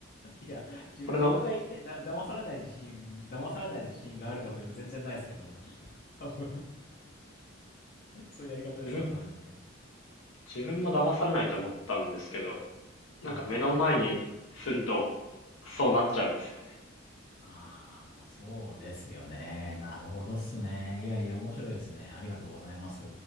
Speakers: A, on the left (about 45°); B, on the left (about 80°).
A: いや、じ、
B: これの、
A: 自分が言ってだ、騙されない自信、騙されない自信があるかというと全然ないですけど、多分 <laughs> そういうやり方ですよ、
B: 自分、
A: 多分ね。
B: 自分も騙されないと思ったんですけど、なんか目の前にすると、
A: あ
B: そうなっちゃうんですよね。
A: あ、ああ、そうですよね。なるほどっすね。いやいや、面白いですね。ありがとうございます。